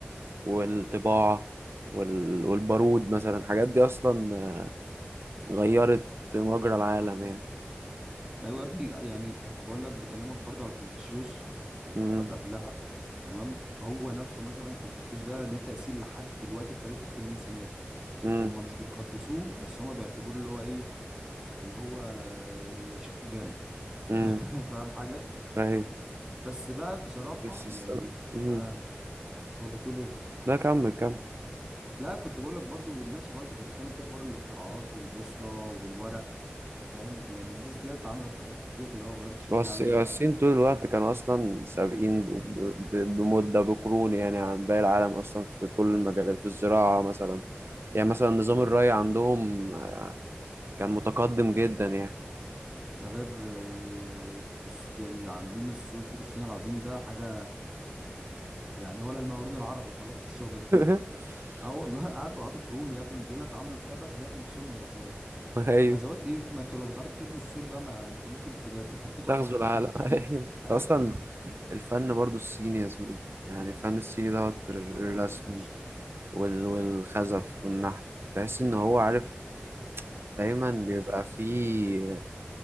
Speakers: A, on the right; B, on the right.
A: والطباعة وال... والبارود مثلا الحاجات دي أصلا غيرت مجرى العالم يعني
B: أيوة يا ابني يعني كنت بقول لك بكلمك برضه على كونفوشيوس
A: مم،
B: قب- قبلها تمام هو نفسه مثلا كونفوشيوس ده ليه تأثير لحد دلوقتي في طريقة تفكير الناس هناك
A: مم،
B: هم مش بيقدسوه بس هم بيعتبروه اللي هو ايه اللي هو شيخ الجامع
A: مم.
B: <laughs> فاهم حاجه
A: أيوه
B: بس بقى بصراحه
A: بس الس-
B: يعني
A: مم.
B: آه وبتقول ايه
A: لا كمل كمل
B: لا كنت بقول لك برضو نفس الحوار اللي انت كنت بتتكلم فيه حوار الاختراعات والبوصله والورق فاهم يعني الناس ديت عملت حاجات كتير اللي هو غيرت شكل
A: بس
B: العالم
A: الصين
B: فعلا
A: طول الوقت كانوا أصلا سابقين ب- ب- بمدة بقرون يعني عن باقي العالم أصلا في كل المجالات في الزراعة مثلا يعني مثلا نظام
B: مم.
A: الري عندهم كان متقدم جدا يعني
B: ده غير آه، الس- يعني عاملين السور سور الصين العظيم ده حاجه يعني ولا المقاولون العرب يخلصوا في الشغله دي
A: <laughs>
B: اه والله قعدوا قعدوا قرون يا ابني بيقول لك عملوا البتاع ده عشان يحموا نفسهم من الغزوات
A: أيوة
B: غزوات ايه ما انتوا لو بتعرفوا تبنوا السور ده ما انتوا ممكن تد- تفرتكوا
A: تغزو
B: اي حد
A: العالم
B: <laughs>
A: <laughs> أيوة. أصلا الفن برضو الصيني يا زميلي يعني الفن الصيني دوت الر-
B: اه
A: الرسم
B: يا باشا
A: وال- والخزف والنحت تحس إن هو عارف دايما بيبقى فيه